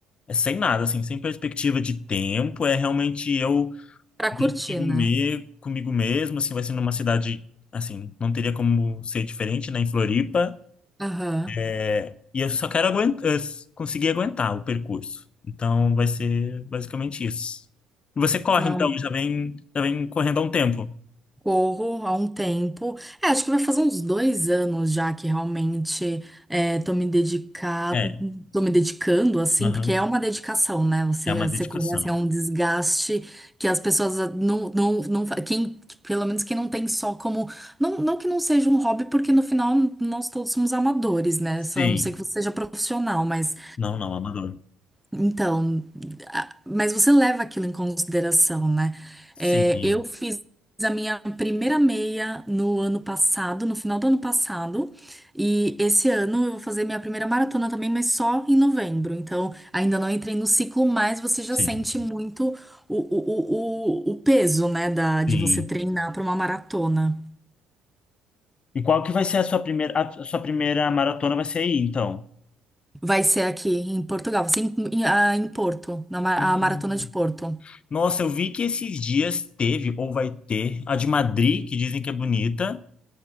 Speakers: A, on the left (about 40°); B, in the centre.
A: é, é sem nada, assim, sem perspectiva de tempo. É realmente eu
B: Pra
A: bem
B: curtir,
A: comigo,
B: né?
A: me, comigo mesmo, assim, vai ser numa cidade, assim, não teria como ser diferente, né, em Floripa.
B: Aham.
A: É, E eu só quero aguentar, conseguir aguentar o percurso. Então vai ser basicamente isso. E Você corre,
B: Não,
A: então, já vem, já vem correndo há um tempo.
B: Corro há um tempo. É, acho que vai fazer uns dois anos já que realmente é, tô me dedicado,
A: É,
B: tô me dedicando, assim,
A: aham,
B: porque é uma dedicação, né? Você,
A: É uma dedicação.
B: você correr assim, é um desgaste que as pessoas ah, não, não, não, fa- quem, pelo menos quem não tem só como, não, não que não seja um hobby, porque no final nós todos somos amadores, né? Só
A: Sim.
B: a não sei que você seja profissional, mas
A: Não, não, amador.
B: então, a- mas você leva aquilo em consideração, né?
A: Sim,
B: É, eu fiz a minha primeira meia no ano passado, no final do ano passado, e esse ano eu vou fazer minha primeira maratona também, mas só em novembro. Então, ainda não entrei no ciclo, mas você já
A: sim,
B: sente muito o, o, o, o o peso, né, da, de
A: sim.
B: você treinar para uma maratona.
A: E qual que vai ser a sua primeira, a sua primeira maratona vai ser aí, então?
B: Vai ser aqui em Portugal, vai ser em, em- ah, em Porto, na ma-
A: Hum.
B: a maratona de Porto.
A: Nossa, eu vi que esses dias teve, ou vai ter, a de Madrid, que dizem que é bonita.